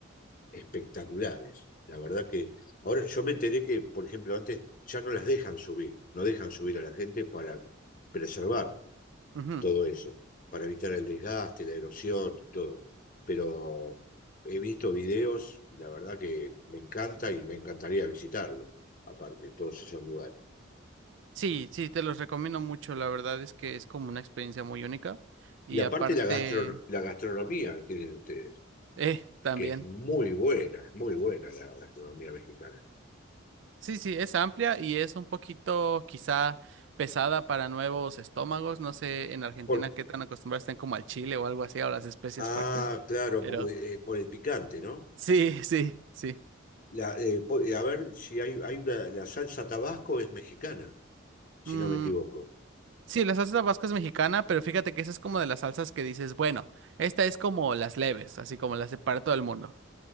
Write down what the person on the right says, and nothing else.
ujú.
Sí, sí, te los recomiendo mucho. La verdad es que es como una experiencia muy única. Y
aparte...
Eh, también.
Sí, sí, es amplia y es un poquito quizá pesada para nuevos estómagos. No sé en Argentina
qué tan acostumbrados estén como al chile o algo así, o las especias
fuertes.
Pero
<laughs> sí, sí, sí.
Mm,
sí, la salsa tabasco es mexicana, pero fíjate que esa es como de las salsas que dices, bueno, esta es como las leves, así como las de para todo el mundo.